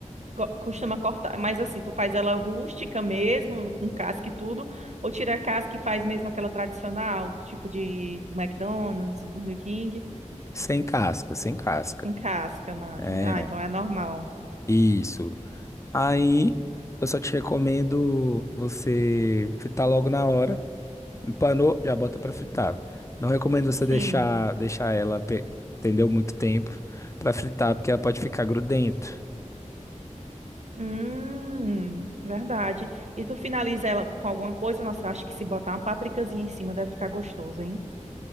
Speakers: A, on the right; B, on the left.
A: go- costuma cortar, mas assim, tu faz ela rústica mesmo, com casca e tudo, ou tira a casca e faz mesmo aquela tradicional, tipo de do McDonald's, Burger King,
B: Sem casca, sem casca.
A: sem casca, né?
B: É,
A: Ah, então é normal.
B: isso. Aí eu só te recomendo você fritar logo na hora. Empanou, já bota pra fritar. Não recomendo
A: Sim.
B: você deixar, deixar ela, pe- entendeu, muito tempo pra fritar, porque ela pode ficar grudento.
A: Hum, verdade. E tu finaliza ela com alguma coisa? Nossa, eu acho que se botar uma pápricazinha em cima deve ficar gostoso, hein?